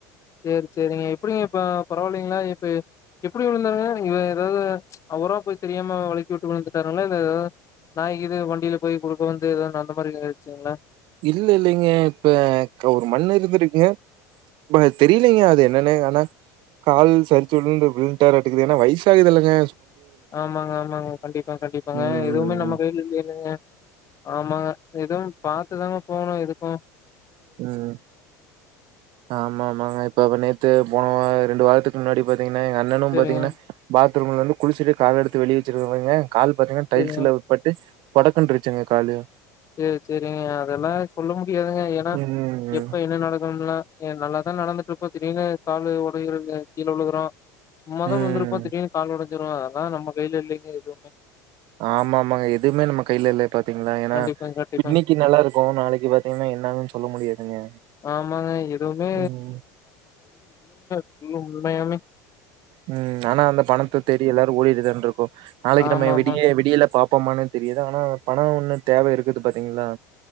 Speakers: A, on the left; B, on the right.
A: சேரி சேரிங்க எப்டிங்க இப்ப பரவாயில்லைங்களா இப்ப எப்டி விழுந்தாருங்களா இல்ல ஏதாது ச் அவரா போய் தெரியாம வழுக்கி விட்டு விழுந்துட்டாருங்களா இல்ல ஏதாது நாய்கீய் வண்டியில போய் குறுக்க வந்து ஏதன்னா அந்த மாரியாயிடுச்சுங்களா
B: இல்ல இல்லைங்க இப்ப ஒரு மண் இருந்திருக்குங்க ப தெரிலங்க அது என்னன்னு ஆனா கால் சரிச்சு விழுட்டாரு அட்டுக்குது ஏன்னா வயசு ஆகுது இல்லைங்க
A: ஆமாங்க ஆமாங்க கண்டிப்பாங்க கண்டிப்பாங்க
B: ம்
A: எதுவுமே
B: ம்
A: நம்ம கையில இல்லைலங்க ஆமாங்க எதுவும் பாத்துதாங்க போணும் எதுக்கும்
B: ம் ம் ஆமா ஆமாங்க இப்ப அ நேத்து போனோ ரெண்டு வாரத்துக்கு முன்னாடி பாத் என்ன எங்க அண்ணனும்
A: சேரிங்க
B: பாத்தீங்கன்னா பாத்ரூம்ல இருந்து குளிச்சிட்டு காலெடுத் வெளிய வச்சிருவாங்க கால் பாத்தீங்கன்னா டைல்ஸ்ல
A: சேரிங்க
B: உட்பட்டு படக்கனு இருச்சுங்க காலு
A: சேரி சேரிங்க அதெல்லா சொல்ல மு டியதுங்க ஏன்னா
B: ம்.
A: எப்ப என்ன நடக்கணும்ல நல்லா நா நடந்துட்டு இருப்ப திடீர்னு கால் உடைந்து கீழ விழுகுறோம் சும்மா தா
B: ம்.
A: விழுந்திருப்போ திடீனு கால் ஒடஞ்சிரும் அதெல்லா நம்ம கைல இல்லிங் எதுவுமே
B: ஆமா ஆமாங்க எதுவுமே நம்ம கையில இல்ல இப்ப <unintelligible> ஏன்னா
A: கண்டிப்பாங்க, கண்டிப்பாங்க.
B: இன்னிக்கு நல்லா இருக்கும் நாளைக்கு பாத்தீங்கன்னா என்னன்னு சொல்ல முடியாதுங்க
A: ஆமாங்க. எதுவுமே
B: ம்
A: <unintelligible> உண்மையாகுமே
B: ம் ஆனா அந்த பணத்த தேடி எல்லாரு ஓடிட்டுதானே இருக்கோ நாளைக்கு
A: ஆமாமாங்க.
B: நம்ம விடிய விடியல பாப் போமான்னு தெரியுது ஆனா பணம் ஒன்னு தேவ இருக்குது பாத்தீங்களா